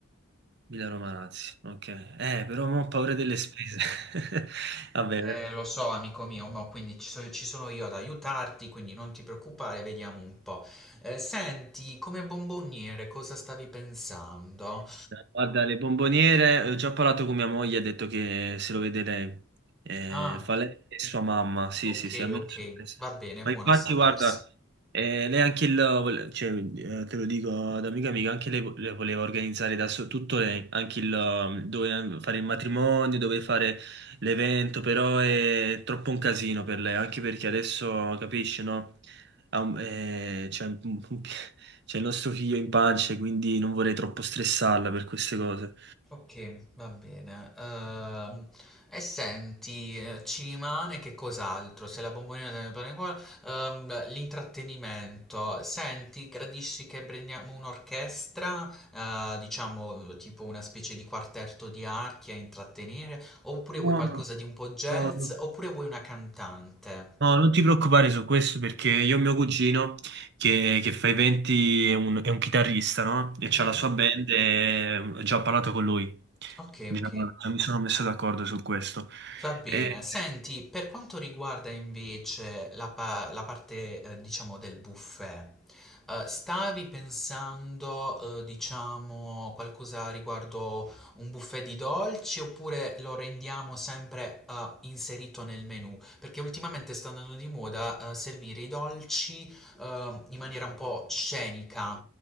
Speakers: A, on the right; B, in the centre.
A: Milano Malazzi, ok. Eh, però mo ho paura delle spese. <laughs> Vabbè,
B: Eh, lo so, amico mio, ma quindi ci, so- ci sono io ad aiutarti, quindi non ti preoccupare, vediamo un po'. Eh, senti, come bomboniere cosa stavi pensando?
A: Guarda, le bomboniere, ho già parlato con mia moglie, ha detto che se lo vede lei. Eh,
B: Ah,
A: fa lei e sua mamma, sì,
B: ok,
A: sì, sì, almeno
B: ok,
A: su questo.
B: va bene,
A: Ma
B: buona
A: infatti,
B: a sapersi.
A: guarda, eh, lei anche il, vole- cioè, eh, te lo dico da amica amica, anche lei vo- le voleva organizzare da so- tutto lei, anche il, um, dove mm, fare il matrimonio, dove fare l'evento, però è troppo un casino per lei, anche perché adesso, capisci, no? Ha un- eh, cioè, <laughs> C'è il nostro figlio in pancia, quindi non vorrei troppo stressarla per queste cose.
B: Ok, va bene. Ehm, e senti, eh, ci rimane che cos'altro? Se la bomboniera deve andare qua, ehm, l'intrattenimento. Senti, gradisci che prendiamo un'orchestra, eh, diciamo tipo una specie di quartetto di archi a intrattenere, oppure
A: No,
B: vuoi qualcosa di un po' jazz,
A: no, no.
B: oppure vuoi una cantante?
A: No, non ti preoccupare su questo perché io ho mio cugino che, che fa i venti, è un, è un chitarrista, no? E c'ha
B: Mhm.
A: la sua band e ho già parlato con lui.
B: Ok,
A: Diciamo,
B: ok.
A: già mi sono messo d'accordo su questo.
B: Va bene,
A: E-
B: senti, per quanto riguarda invece la, pa- la parte, eh, diciamo, del buffet, eh, stavi pensando, eh, diciamo, qualcosa riguardo un buffet di dolci oppure lo rendiamo sempre, eh, inserito nel menù? Perché ultimamente sta andando di moda, eh, servire i dolci, eh, in maniera un po' scenica,